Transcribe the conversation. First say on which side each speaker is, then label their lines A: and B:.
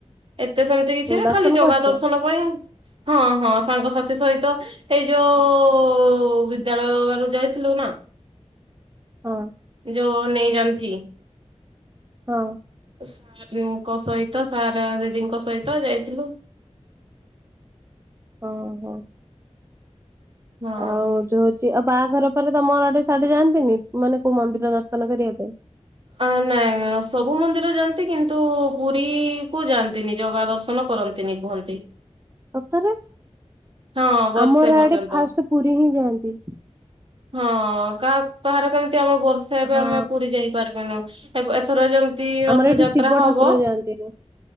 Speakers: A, on the right; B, on the right.
A: ଏତେ ସେମିତି କିଛି
B: ହୁଁ
A: ନାଇଁ
B: ଦର୍ଶନ
A: ଖାଲି ଜଗା
B: କରିଛ
A: ଦର୍ଶନ ପାଇଁ ହଁ-ହଁ ସାଙ୍ଗସାଥି ସହିତ ହେଇ ଯୋଉ-ଉ-ଉ-ଉ-ଉ-ଉ ବିଦ୍ୟାଳୟରୁ ଯାଇଥିଲୁ ନା।
B: ହଁ।
A: ଯୋଉ ନେଇ ଜାନଛି।
B: ହଁ।
A: ସାରେଙ୍କ ସହିତ ସାର୍ ଦିଦିଙ୍କ ସହିତ ଯାଇଥିଲୁ।
B: ଓହୋଃ।
A: ହଁ।
B: ଆଉ ଯୋଉ ହଉଛି ଆଉ ବାହାଘର ପରେ ତମର ଆଡ଼େ ସେଆଡ଼େ ଯାଆନ୍ତିନି ମାନେ କୋଉ ମନ୍ଦିର ଦର୍ଶନ କରିବାପାଇଁ?
A: ଆ ନାଇଁ ସବୁ ମନ୍ଦିର ଯାଆନ୍ତି କିନ୍ତୁ ପୁରୀକୁ ଯାଆନ୍ତିନି, ଜଗା ଦର୍ଶନ କର ତିନି କୁହନ୍ତି।
B: ସତରେ
A: ହଁ ବର୍ଷେ
B: ଆମର
A: ପର୍ଯ୍ୟନ୍ତ।
B: ଏଆଡ଼େ ଫାଷ୍ଟ ପୁରୀ ହିଁ ଯାଆନ୍ତି।
A: ହଁ କାହା କାହାର କେମିତି ଆମ ବର୍ଷେ ଏବେ
B: ହଁ
A: ଆମେ ପୁରୀ ଯାଇ ପାରିବୁନୁ। ହେବ ଏଥର ଯେମିତି ରଥଯାତ୍ରା
B: ଆମର ଏଠି ଶିବ
A: ହବ।
B: ଠାକୁର ଯାଆନ୍ତିନି